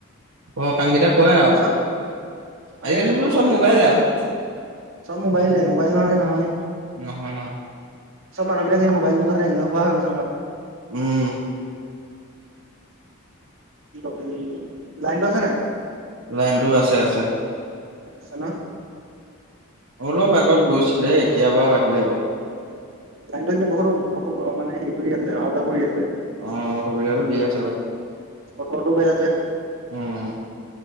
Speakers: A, on the right; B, on the right.
A: ঘৰৰ কাম কেইটা কৰে
B: কি
A: আৰু
B: কৈছ হয়ে
A: আজিকালি
B: ঘৰৰ
A: বোলো
B: কাম
A: চ'ব
B: কেইটা
A: মোবাইলে
B: কৰ
A: আৰু।
B: চব মোবাইলে মোবাইল নহলে নহয়।
A: নহয় নহয়
B: চব মানুহবিলাক এই মোবলটোৰ কাৰণে এলেহুৱা হৈ গৈছে।
A: উম।
B: ক লাইনটো আছে নাই।
A: লাইনটোও আছে আছে।
B: আছে নহ।
A: অলপ আগত গৈছিলে এতিয়া বাৰু আহিলে বাৰু।
B: লাইনটো কিন্তু বহুতো অস মানে হেৰি কৰি আছে। যোৱা কৰি আছে
A: অ অসুবিধাটো দি আছে বাৰু।
B: বতৰটো বেয়া যে।
A: উম।